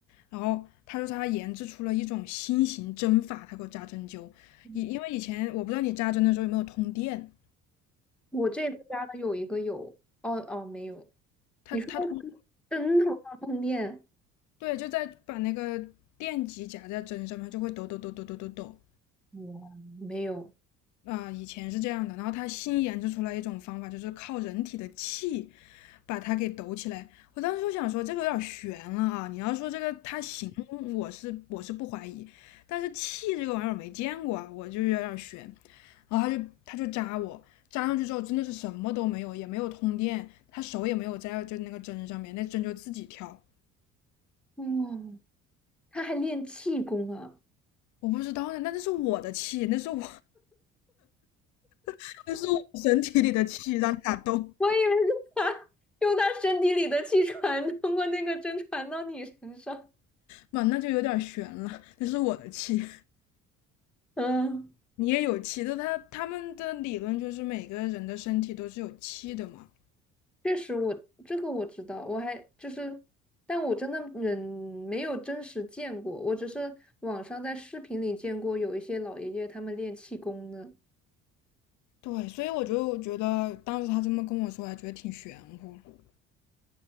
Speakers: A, on the left (about 70°); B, in the centre.
A: 然后他说他研制出了一种新型针法，他给我扎针灸，
B: 嗯
A: 以因为以前我不知道你扎针的时候有没有通电，
B: 我这次家的有一个有，哦哦没有，
A: 他他通
B: 你说的灯头上通电，
A: 对就在把那个电极夹在针上面，它就会抖抖抖抖抖抖抖，
B: 哇，没有，
A: 啊、以前是这样的，然后他新研制出来一种方法，就是靠人体的气把它给抖起来。我当时就想说，这个有点悬了啊！你要说这个它行，我是我是不怀疑，但是气这个玩意儿没见过啊，我就有点悬。然后他就他就扎我，扎上去之后真的是什么都没有，也没有通电，他手也没有在就那个针上面，那针就自己跳。
B: 哇，他还练气功啊，
A: 我不知道呢，那这是我的气，那是我 <laughs> 那是我身体里的气让他动，
B: 我以为是他用他身体里的气传通过那个针传到你身上。
A: 妈，那就有点悬了，那是我的气。
B: 嗯，
A: 你也有气的，他他们的理论就是每个人的身体都是有气的嘛。
B: 确实我这个我知道，我还就是，但我真的人没有真实见过，我只是网上在视频里见过有一些老爷爷他们练气功的。
A: 对，所以我就觉得当时他这么跟我说，还觉得挺玄乎，有